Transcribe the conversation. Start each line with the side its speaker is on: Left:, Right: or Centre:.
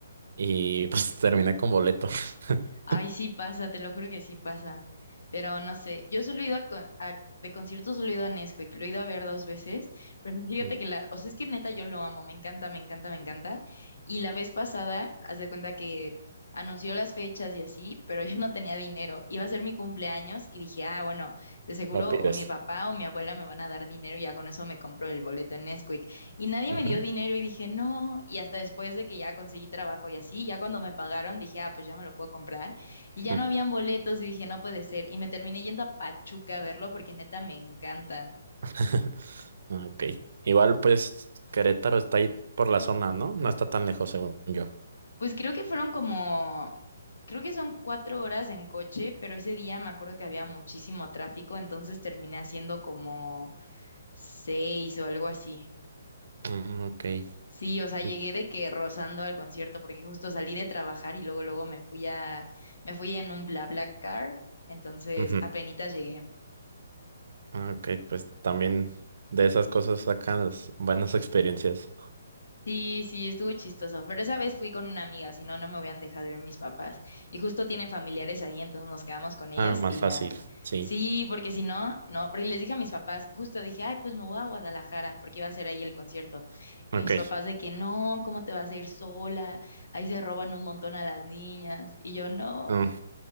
Right: Y pues <laughs> terminé con boleto. <laughs>
Left: Ay, sí pasa, te lo juro que sí pasa. Pero no sé, yo solo he ido a, con- a- de conciertos, solo he ido a Nesquik, lo he ido a ver dos veces, pero fíjate
Right: Ujú,
Left: que la, o sea, es que neta yo lo amo, me encanta, me encanta, me encanta. Y la vez pasada, haz de cuenta que anunció las fechas y así, pero <laughs> yo no tenía dinero. Iba a ser mi cumpleaños y dije, ah, bueno, de seguro
Right: Lo pides.
Left: o mi papá o mi abuela me van a dar dinero y ya con eso me compro el boleto en Nesquik. Y nadie
Right: Ujú,
Left: me dio dinero y dije, no. Y hasta después de que ya conseguí trabajo y así, ya cuando me pagaron, dije, ah, pues ya me lo puedo comprar. Y ya
Right: ujú.
Left: no habían boletos y dije, no puede ser. Y me terminé yendo a Pachuca a verlo porque neta me encanta.
Right: <laughs> Ok. Igual, pues Querétaro está ahí por la zona, ¿no? No está tan lejos, según yo.
Left: Pues creo que fueron como, creo que son cuatro horas en coche, pero ese día me acuerdo que había muchísimo tráfico, entonces terminé haciendo como seis o algo así.
Right: Mm, Ok.
Left: Sí, o sea, llegué
Right: Y-
Left: de que rozando al concierto porque justo salí de trabajar y luego luego me fui a, me fui en un BlaBlaCar, entonces
Right: ujú.
Left: apenitas llegué.
Right: Ah, Ok, pues también de esas cosas sacas buenas experiencias.
Left: Sí, sí, estuvo chistoso, pero esa vez fui con una amiga, si no, no me hubieran dejado ir mis papás. Y justo tienen familiares ahí, entonces nos quedamos con ellos
Right: Ah, más
Left: y
Right: fácil,
Left: ya.
Right: sí.
Left: Sí, porque si no, no, pero les dije a mis papás, justo dije, ay, pues me voy a Guadalajara, porque iba a ser ahí el concierto. Y
Right: Ok.
Left: mis papás de que no, ¿cómo te vas a ir sola? Ahí se roban un montón a las niñas. Y yo no,
Right: No,